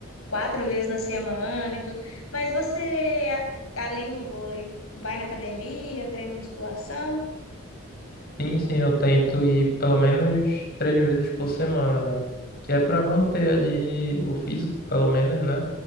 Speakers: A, on the left; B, on the left.
A: quatro vezes na semana e tudo. Mas você, a- além do vôlei, vai na academia, treina musculação.
B: Sim, sim, eu tento ir pelo menos três vezes por semana, né? Que é para manter ali o físico, pelo menos, né?